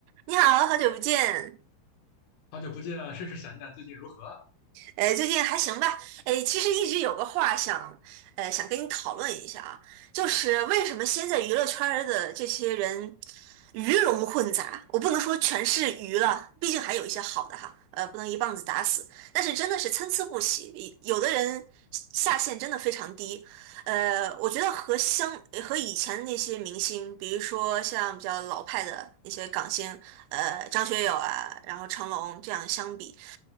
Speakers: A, on the right; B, on the left.
A: 你好，好久不见。
B: 好久不见，甚是想念最近如何
A: 呃，最近还行吧？哎，其实一直有个话想，呃，想跟你讨论一下啊，就是为什么现在娱乐圈儿的这些人鱼龙混杂？我不能说全是鱼了，毕竟还有一些好的哈，呃，不能一棒子打死。但是真的是参差不齐，有的人下限真的非常低。呃，我觉得和相和以前那些明星，比如说像比较老派的那些港星，呃，张学友啊，然后成龙这样相比。